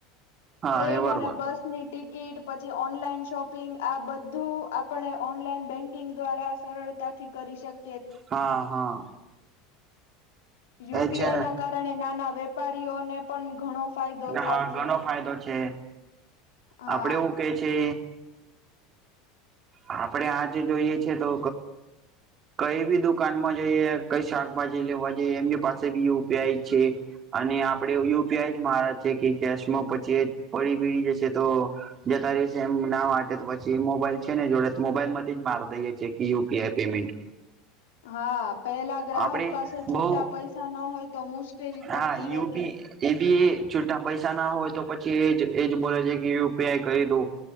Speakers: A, on the right; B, on the left.
A: હા
B: ટ્રેન
A: એ બરોબર
B: અને બસ. ની ટિકિટ પછી ઓનલાઈન શોપિંગ આ બધું આપણે ઓનલાઈન બેન્કિંગ દ્વારા. સરળતાથી કરી શકે.
A: હા હા.
B: યુપીઆઈ
A: એ છે
B: ના કારણે નાના વેપારીઓને પણ ઘણો ફાયદો
A: ને
B: થાય
A: હા
B: છે.
A: ઘણો ફાયદો છે
B: હા
A: આપડે એવું કે છે. આપડે આજે જોઈએ છે તો. કઈ બી દુકાન માં જઈએ કઈ શાકભાજી લેવા જઈએ એમની પાસે બીપઈ છે. અને આપડે યુપીઆઈ જ મારા છે કે કેશમાં, પછી એ પડી બીડી જશે.
B: <unintelligible>
A: જે કરે છે, જેનું નામ આવે છે, પછી મોબાઈલ છે ને જોડે, તો મોબાઈલમાંથી જ માર દઈએે છે કે યુપીઆઈ પેમેન્ટ
B: <unintelligible> હા, પેલા ગ્રાહક
A: આપડે
B: પાસે છુટા
A: બઉ
B: પૈસા ન હોય તો મુશ્કેલી પડતી
A: હા યુપી
B: હતી.
A: એ બી છૂટા પૈસા ના હોય તો, પછી એજ એજ બોલે છે કે, યુપીઆઈ કરી દો.